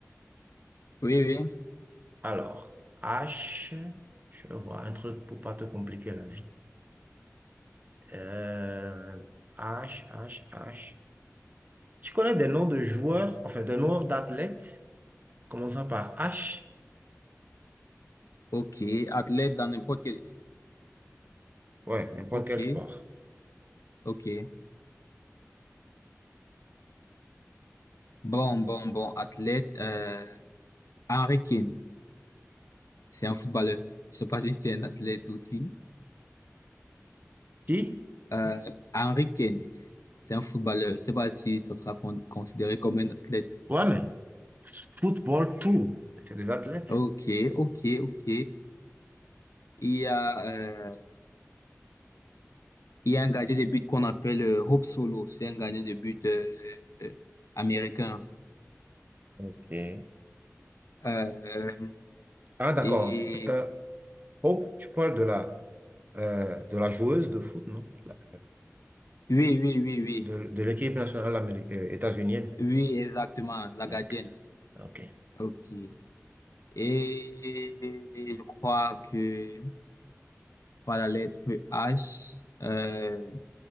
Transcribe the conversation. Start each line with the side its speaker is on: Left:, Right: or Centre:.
Left: Oui, oui.
Right: Alors, H, je vois un truc pour pas te compliquer la vie. Euh, H, H, H. Tu connais des noms de joueurs, enfin des noms d'athlètes, commençant par H,
Left: Ok, athlète dans n'importe quel.
Right: ouais, n'importe
Left: Ok,
Right: quel sport.
Left: ok. Bon, bon, bon, athlète, euh, Henry Kane, c'est un footballeur. Je sais pas si c'est un athlète aussi.
Right: I,
Left: Euh, Henry Kane, c'est un footballeur. Je sais pas si ça sera con- considéré comme un athlète.
Right: ouais, mais football, tout, c'est des athlètes.
Left: Ok, ok, ok. Il y a, euh, il y a un gardien de but qu'on appelle euh, Hope Solo. C'est un gardien de but euh, euh, américain.
Right: Ok.
Left: Euh,
Right: Ah, d'accord.
Left: et
Right: Euh, Hope, tu parles de la, euh, de la joueuse de foot, non? La-
Left: oui, oui, oui, oui,
Right: De, de l'équipe nationale améri- euh, états-unienne.
Left: oui, exactement, la
Right: Ok,
Left: gardienne.
Right: ok.
Left: Ok. Et je crois que par la lettre H. Euh,